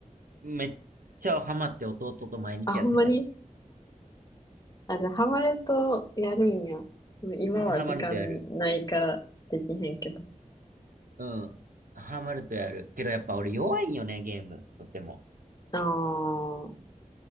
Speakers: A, on the right (about 80°); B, on the left (about 30°).
A: めっちゃハマって弟と毎日やってたよ。
B: あ、ほんまにあ、じゃあハマるとやるんや。もう今は時間ないからできへんけど。
A: うん、ハマるとやる。うん。ハマるとやる。けどやっぱ俺弱いんよね、ゲーム。とっても。
B: ああ。